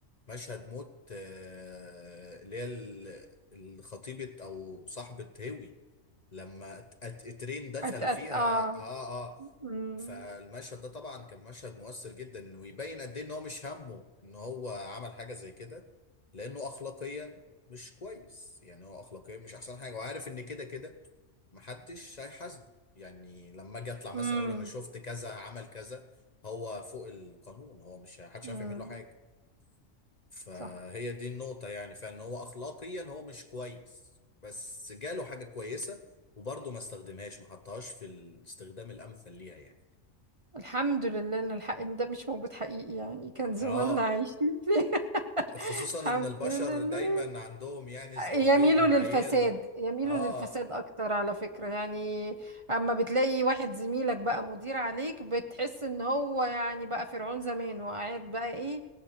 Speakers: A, on the left; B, on the right.
A: مشهد موت آه، اللي هي ال- الخطيبة أو صاحبة هوي لما ت- ت- ترين دخل
B: أت أت
A: فيها
B: اه
A: اه اه
B: امم
A: فالمشهد ده طبعا كان مشهد مؤثر جدا ويبين قد ايه ان هو مش همه ان هو عمل حاجه زي كده لانه اخلاقيا مش كويس يعني هو اخلاقيا مش احسن حاجه وعارف ان كده كده محدش هيحاسبه يعني لما اجي اطلع مثلا
B: امم
A: اقول انا شفت كذا عمل كذا هو فوق القانون هو مش محدش
B: امم
A: عارف يعمل له حاجه فهي
B: صح
A: دي النقطة يعني فعلا هو أخلاقيا هو مش كويس بس جاله حاجة كويسة وبرضه ما استخدمهاش ما حطهاش في الاستخدام الأمثل ليها يعني
B: الحمد لله ان الحق ان ده مش موجود حقيقي يعني كان زماننا
A: اه
B: عايشين فيه <laughs>
A: خصوصا
B: الحمد
A: إن البشر
B: لله
A: دايما عندهم يعني ازدواجية
B: يميلوا
A: معايير
B: للفساد يميلوا
A: اه
B: للفساد اكتر على فكرة يعني اما بتلاقي واحد زميلك بقى مدير عليك بتحس ان هو يعني بقى فرعون زمان وقاعد بقى ايه